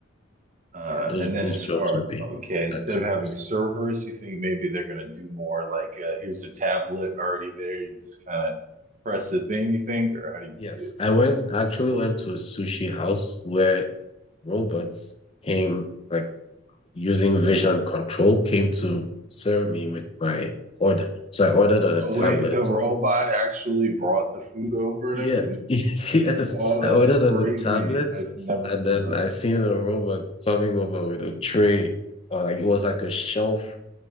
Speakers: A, on the right; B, on the left.
A: Uh,
B: Yeah, those
A: and then
B: those
A: as
B: jobs
A: far,
B: will be
A: okay, instead
B: that's
A: of having
B: risky.
A: servers, you think maybe they're going to do more like uh, here's a tablet already there. You just kind of press the thing, you think, or how do you
B: Yes,
A: see it?
B: I went I actually went to a sushi house where robots came like using vision control came to serve me with my order. So I ordered on
A: Oh,
B: a tablet.
A: wait, the robot actually brought the food over and
B: Yeah.
A: everything?
B: <laughs> Yes,
A: Wow,
B: I
A: that's
B: ordered
A: crazy.
B: on the tablet
A: I've never
B: and
A: seen
B: then
A: that.
B: I seen a robot coming over with a tray or like it was like a shelf